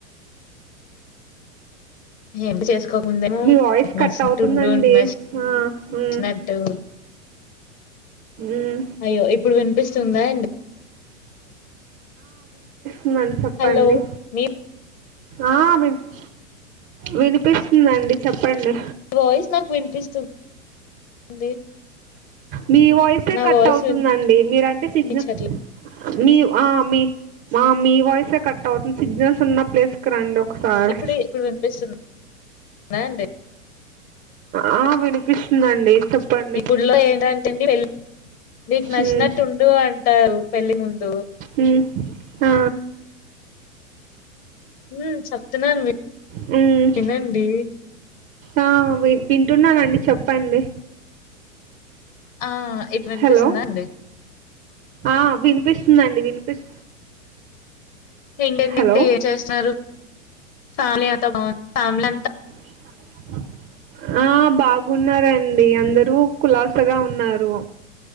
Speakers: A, on the left; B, on the right.
A: <unintelligible> చేసుకోక ముందేమో
B: మీ వాయిస్
A: నచ్చినట్టు
B: కట్ అవుతుందండి
A: ఉండు నచ్
B: ఆ ఉమ్
A: నచ్చినట్టు
B: ఉమ్
A: అయ్యో ఇప్పుడు వినిపిస్తుందా అండి
B: ఉన్నాన్ చెప్పండి
A: హలో! మీ
B: ఆ వినిప్ వినిపిస్తుదండి చెప్పండి
A: వాయిస్ నాకు వినిపిస్తుంది
B: మీ వాయిసే
A: నా
B: కట్
A: వాయిస్
B: అవుతుందండి మీరంటే సిగ్నల్
A: వినిపించట్లేదా?
B: మీ ఆ మీ ఆ మీ వాయిసే కట్ అవుతుంది సిగ్నల్స్ ఉన్న ప్లేస్ కి రండి ఒకసారి
A: ఇప్పుడు ఇప్పుడు వినిపిస్తుందా అండి
B: ఆ వినిపిస్తుందండి చెప్పండి
A: ఇప్పుడులో ఏంటంటెండి పెళ్ నీకు నచ్చినట్టు
B: ఉమ్
A: ఉండు అంటారు పెళ్లి ముందు
B: ఉమ్ ఆ
A: హ్మ్ చెప్తున్నాను
B: హ్మ్
A: వినండి.
B: ఆ విం వింటున్నానండి చెప్పండి
A: ఆ ఇప్పుడు వినిపిస్తుందా
B: హలో
A: అండి
B: ఆ విని వినిపిస్తుందండి వినిపిస్
A: పెళ్లి అయ్యిందంటే
B: హలో
A: ఏం చేస్తారు ఫ్యామిలీ అంతా బాగుంది ఫ్యామిలీ అంతా
B: <unintelligible> ఆ బాగున్నారండి. అందరూ కులాసగా ఉన్నారు.